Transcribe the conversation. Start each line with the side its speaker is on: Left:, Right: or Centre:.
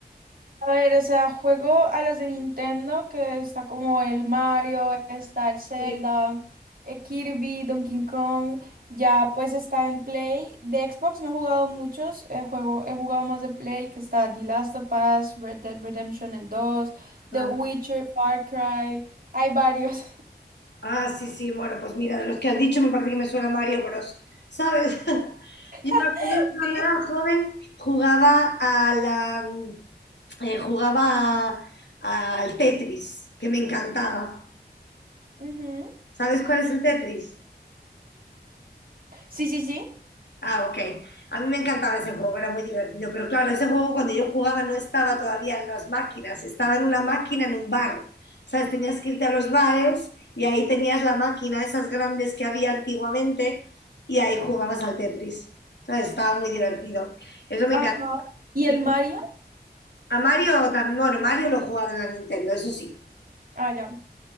Right: A ver, o sea, juego a los de Nintendo, que está como el Mario, está el Zelda,
Left: Sí,
Right: eh, Kirby, Donkey Kong, ya pues está en Play. De Xbox no he jugado muchos, he, juego, he jugado más de Play, que está The Last of Us, Red Dead Redemption el dos The
Left: Ah,
Right: Witcher, Far Cry, hay varios.
Left: ah, sí, sí, bueno, pues mira, de los que has dicho me parece que me suena Mario Bros, ¿sabes? <laughs>
Right: <laughs>
Left: Yo me acuerdo que cuando
Right: Sí.
Left: era joven jugaba a la, mm, eh, jugaba a- al Tetris, que me encantaba.
Right: Ujú.
Left: ¿Sabes cuál es el Tetris?
Right: Sí, sí, sí.
Left: Ah, ok. A mí me encantaba ese juego, era muy divertido. Pero claro, ese juego cuando yo jugaba no estaba todavía en las máquinas, estaba en una máquina en un bar. ¿Sabes? Tenías que irte a los bares y ahí tenías la máquina, esas grandes que había antiguamente, y ahí jugabas al Tetris. ¿Sabes? Estaba muy divertido. Eso me
Right: Ajá.
Left: encanta.
Right: ¿Y el
Left: Y
Right: Mario?
Left: a Mario también, bueno, Mario lo jugaba en la Nintendo, eso sí.
Right: Ah, ya.